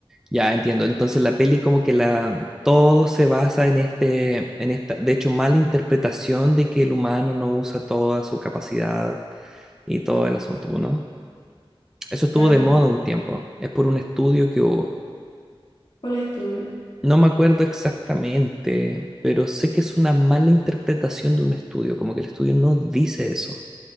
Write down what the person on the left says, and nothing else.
Claro,
como,
¿cuál estudio?